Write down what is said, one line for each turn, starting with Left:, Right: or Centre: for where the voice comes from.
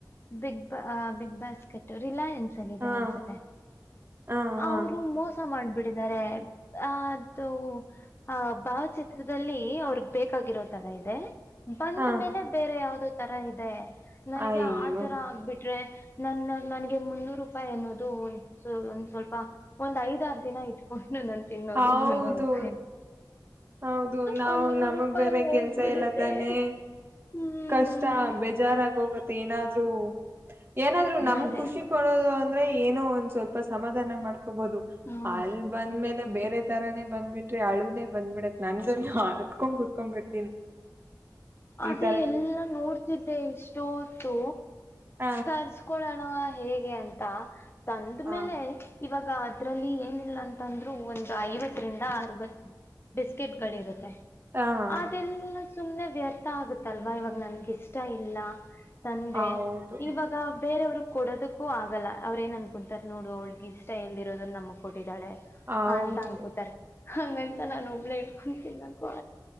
Left: ಬಿಗ್ ಅ ಬಿಗ್ ಬಾಸ್ಕೆಟ್ ರಿಲಯಾನ್ ಸಲ್ಲಿದೆ
Right: ಹಾ
Left: ಅನ್ಸುತ್ತೆ
Right: ಹಾ
Left: ಆ ಹೌದು.
Right: ಹಾ
Left: ಮೋಸ ಮಾಡ್ಬಿಟ್ಟಿದ್ದಾರೆ ಅ ಅದು ಆ ಭಾವಚಿತ್ರದಲ್ಲಿ ಅವ್ರಗ್ ಬೇಕಾಗಿರೋ ತರ ಇದೆ ಬಂದ
Right: ಹಾ
Left: ಮೇಲೆ ಬೇರೆ ಯಾವ್ದೋ ತೋ ತರ ಇದೆ. ನನಗೆ
Right: ಅಯ್ಯೋ
Left: ಆತರ ಆಗ್ಬಿಟ್ರೆ. ನನ್ನ ನನ್ಗೆ ಮುನ್ನೂರು ರೂಪಾಯಿ ಅನ್ನೋದು ಒಂದ್ ಒನ್ ಸ್ವಲ್ಪ ಒಂದ್ ಐದಾರು ದಿನ ಇಟ್ಕೊಂಡ ಇನ್ನು ನನ್ ತಿನ್ನೋದು
Right: ಹೌದು
Left: ಮುನ್ನೂರು ರೂಪಾಯ
Right: ಹೌದು ನಾವು
Left: ಆ ಮುನ್ನೂರು
Right: ನಮಗ್
Left: ರೂಪಾಯಿ
Right: ಬೇರೆ
Left: ಹೋಗ್ಬಿಡುತ್ತೆ.
Right: ಕೆಲ್ಸ ಇಲ್ಲ ತಾನೆ
Left: ಹ್ಮ್
Right: ಕಷ್ಟ ಬೇಜಾರಾಗ ಹೋಗುತ್ತ ಏನಾದ್ರೂ ಏನಾದ್ರು ನಮಗ್
Left: ಅದೇ
Right: ಖುಷಿ ಕೊಡೋದು ಅಂದ ಅಂದ್ರೆ ಏನೋ ಒಂದ ಸ್ವಲ್ಪ ಸಮಾಧಾನ ಮಾಡ ಹೊಬೋದು
Left: ಹ್ಮ್
Right: ಅಲ್ಲಿ ಬಂದ್ಮೇಲೆ ಬೇರೆ ತರಾನೇ ಬಂದ್ಬಿಟ್ರೇ ಅಳುದೇನ್. ಬಂದ್ಬಿಡತ್ ನನ್ಗ ಅತ್ಕೊಂಡ್ ಕುತ್ಕೊಂಡ್ ಬಿಡ್ತೀನಿ ಇದ್
Left: ಮತ್ತೆ ಎಲ್ಲಾ ನೋಡ್ತಿದ್ದೆ ಇಷ್ಟೋತ್ತು
Right: ಹ
Left: ತರಸ್ಕೊಳನಾ ಹ ಹೇಗೆ ಅಂತ ತಂದ
Right: ಹ
Left: ಮೇಲೆ ಇವಾಗ ಈಗ ಅದ್ರಲ್ಲಿ ಏನಿಲ್ಲ ಅಂತಂದ್ರು ಒಂದು ಐವತ್ತರಿಂದ ಅರವತ್ತು ಬಿಸ್ಕೆಟ್ ಗಳಿರುತ್ತೆ
Right: ಹ
Left: ಅದೆಲ್ಲ ಸುಮ್ನೆ ವ್ಯರ್ಥ ಆಗುತ್ತಲ್ವಾ ಇವಾಗ ನನ್ಗೆ ಇಷ್ಟ ಇಲ್ಲ ತಂದೆ
Right: ಹೌದು
Left: ಇವಾಗ ಬೇರೆವ್ರ ಕೊಡದಕ್ಕೂ ಆಗಲ್ಲ ಅವ್ರ ಏನ್ ಅನ್ಕ ಕುಂತಾರೆ ನೋಡು ಅವಳಿಗೆ ಇಷ್ಟ ಎಲ್ದ ಇರೋದನ್ನ ನಮಗೆ ಕೊಟ್ಟ ಕೊಟ್ಟಿದಾಳೆ
Right: ಹೌದು
Left: ಹ ಅಂತ ಅನ್ಕೋತಾರೆ ಹ ಎಲಾ ನ ಪ್ಲೆಟ್ ಕೆನ್ನ ಕ